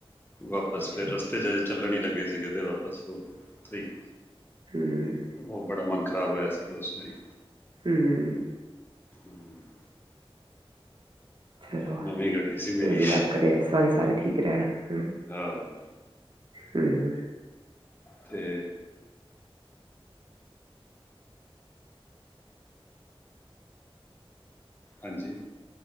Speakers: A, on the left; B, on the right.
A: ਵਾਪਸ
B: ਅੱਛਾ
A: ਫੇਰ ਰਸਤੇ ਚੱ ਅਜੇ ਚੱਲਣ ਈ ਲੱਗੇ ਸੀਗੇ ਤੇ ਵਾਪਸ ਹੋ ਗਏ ਉੱਥੋਂ ਹੀ।
B: ਹਮ।
A: ਉਹ ਬੜਾ ਮਂਨ ਖਰਾਬ ਹੋਏਆ ਸੀਗਾ ਉਸ ਵਾਰੀ।
B: ਹਮ।
A: ਹਮ,
B: ਚਲੋ
A: ਨਵੀਂ ਗੱਡੀ ਸੀ ਮੇਰੀ
B: ਏਹ ਨੀ ਰਬ ਕਰੇ ਐਸ ਵਾਰੀ ਸਾਰੇ ਠੀਕ ਰੇਹਣ, ਹਮ।
A: ਹਾਂ।
B: ਹਮ।
A: ਤੇ ਹਾਂਜੀ?